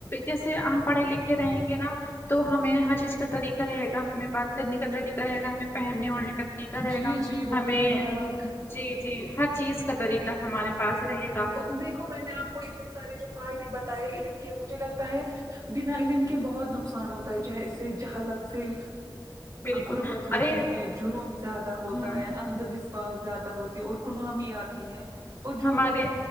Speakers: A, on the left (about 30°); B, on the right (about 45°).
A: جیسے ہم پڑھے لکھے رہیں گے نا تو ہمیں ہر چیز کا طریقہ رہے گا ہمیں بات کرنے کا طریقہ رہے گا ہمیں پہننے اڑھنے کا طریقہ رہے
B: جی
A: گا
B: جی بہت
A: ہمیں
B: بڑھیا بات کا
A: جی جی ہر چیز کا طریقہ ہمارے پاس رہے گا
B: اور دیکھو میں نے آپ کو اتنے سارے جو فائدے بتائے علم کے مجھے لگتا ہے بنا علم کے بہت نقصان ہوتا ہے جیسے جہلت سے
A: بالکل
B: غربت ہوتی
A: ارے
B: ہے جروم زیادہ ہوتا
A: ہم،
B: ہے اندھوش زیادہ ہوتی اور گولامی آتی ہے اور جو
A: ہمارے